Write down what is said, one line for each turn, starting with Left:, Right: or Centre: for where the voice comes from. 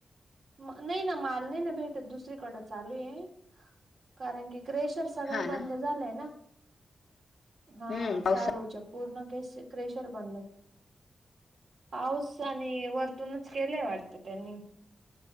Right: नाही ना माल नाही ना भेटत दुसरीकडं चालू आहे, कारण की क्रेशर सगळ
Left: हा ना
Right: बंद झालंय ना. हा
Left: हम्म पावसा
Right: सारूळ चे पूर्ण केस क्रेशर बंद पाऊस आणि वरतूनच केलेय वाट टत त्यांनी,